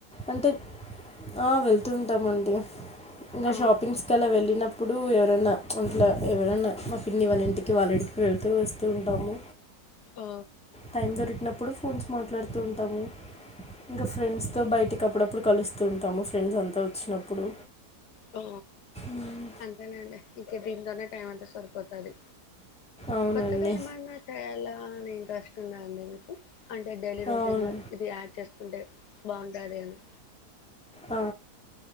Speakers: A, in the centre; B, on the left (about 80°).
A: అంటే ఆ వెళ్తు ద్దమంది ఇంకా
B: ఆ
A: షాపింగ్స్ కి అలా వెళ్ళినప్పుడు ఇప్పుడు ఎవరైనా అట్లా ఎవరైనా మా పిన్ని వాళ్ళ ఇంటికి వాళ్ళ ఇంటికి వెళ్తూ వస్తూ ఉంటాము
B: ఓ
A: టైం దొరికినప్పుడు ఫోన్స్ మాట్లాడుతూ ఉంటాము ఇంకా ఫ్రెండ్స్ తో బయటికి అప్పుడప్పుడు కలుస్తూ ఉంటాము ఫ్రెండ్స్ అంతా వచ్చినప్పుడు
B: ఓ
A: మ్మ్.
B: అంతేనండి ఎప్పుంతోన్నా టైం అంతా సరిపోతది
A: అవునండి
B: కొత్తగా ఏమన్నా చేయలా రెస్ట్ ఉందా అండి మీకు అంటే డైలీ రొటీన్
A: అవును
B: లో ఇది యాడ్ ఉంటే బాగుంటాది అని
A: ఆ